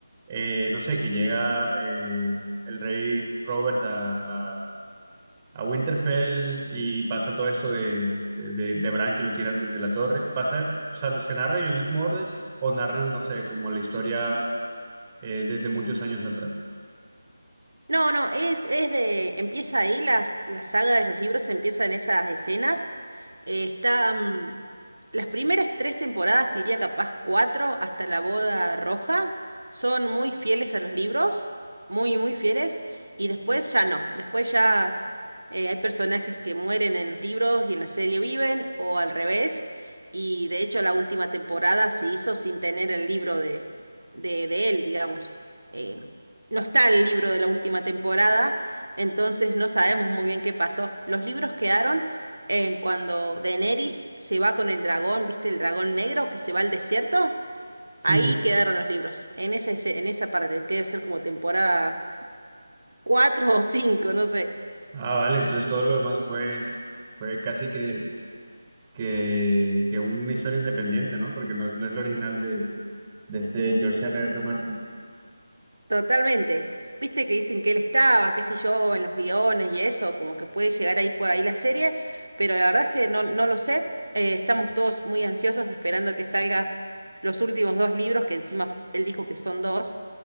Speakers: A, on the right; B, on the right.
A: eh, no sé, que llega eh, el rey Robert a, a- a Winterfell y pasa todo esto de, de, de- de Bran que lo tiran desde la torre, pasa, o sea, se narra en el mismo orden o narran, no sé, como la historia eh, desde muchos años atrás.
B: No, no, es, es de, empieza ahí, las- la saga de los libros empieza en esas escenas Eh, está, mm, las primeras tres temporadas, te diría capaz cuatro, hasta la boda roja, son muy fieles a los libros, muy, muy fieles, y después ya no, después ya eh, hay personajes que mueren en los libros y en la serie viven, o al revés, y de hecho la última temporada se hizo sin tener el libro de, de, de él, digamos. Eh, no está el libro de la última temporada, entonces no sabemos muy bien qué pasó. Los libros quedaron en cuando Daenerys se va con el dragón, ¿viste el dragón negro que se va al desierto?
A: Sí,
B: Ahí
A: sí.
B: quedaron los libros, en esa, esce- en esa parte, que debe ser como temporada 4 o 5, no sé,
A: Ah, vale, entonces todo lo demás fue, fue casi que, que, que una historia independiente, ¿no? Porque no es, no es la original de, de este George R. R. Martin.
B: totalmente. Viste que dicen que él estaba, qué sé yo, en los guiones y eso, como que puede llegar a ir por ahí la serie, pero la verdad es que no, no lo sé. Eh, estamos todos muy ansiosos esperando que salga los últimos dos libros, que encima f- él dijo que son dos,